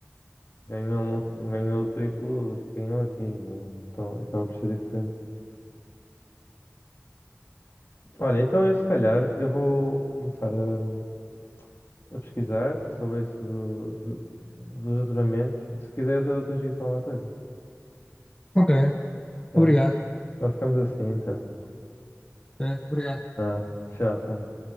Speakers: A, on the left; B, on the left.
A: ganham, ganham o triplo do que ganham aqui, não é? Então acaba por ser diferente. Olha, então eu se calhar eu vou começar a, a pesquisar sobre isso do- do- dos juramentos. Se quiseres eu depois digo-te alguma coisa,
B: Ok,
A: tá?
B: obrigado.
A: Então ficamos assim então.
B: É, obrigado.
A: Ah, tchau, tchau.